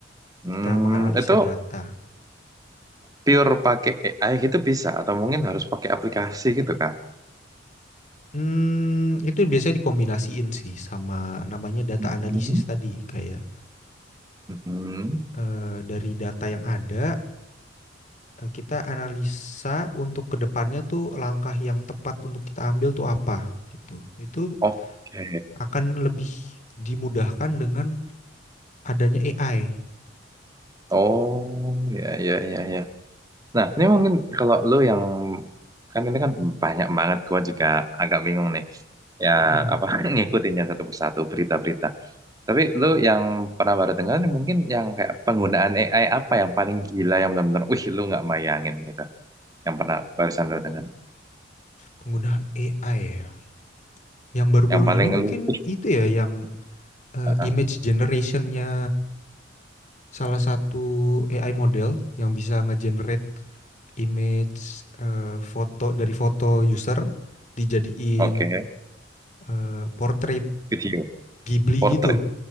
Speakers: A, on the right (about 20°); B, on the left (about 40°).
A: Hmm,
B: Kita menganalisa
A: itu
B: data.
A: pure pakai AI gitu bisa atau mungkin harus pakai aplikasi gitu kah?
B: Hmm, itu biasanya dikombinasiin sih sama namanya data
A: Mhm.
B: analisis tadi, kayak
A: Mhm.
B: eh, dari data yang ada eh, kita analisa untuk ke depannya tuh langkah yang tepat untuk kita ambil tuh apa gitu. Itu
A: Oke.
B: akan lebih dimudahkan dengan adanya AI.
A: Oh, ya ya ya ya. Nah, ini mungkin kalau lu yang kan ini kan banyak banget gua juga agak bingung nih. Ya
B: Mm,
A: apa <laughs> ngikutinnya satu persatu berita-berita. Tapi lu yang pernah baru dengar mungkin yang kayak penggunaan AI apa yang paling gila yang benar-benar wih lu nggak bayangin gitu. Yang pernah barusan lu dengar.
B: penggunaan AI ya. Yang baru-baru
A: Yang paling
B: ini mungkin
A: lu <laughs>
B: itu ya yang eh,
A: uh,
B: image generationnya salah satu AI model yang bisa ngegenerate image eh, foto dari foto user dijadiin
A: Oke,
B: eh, portrait
A: video
B: Ghibli
A: portrait.
B: gitu.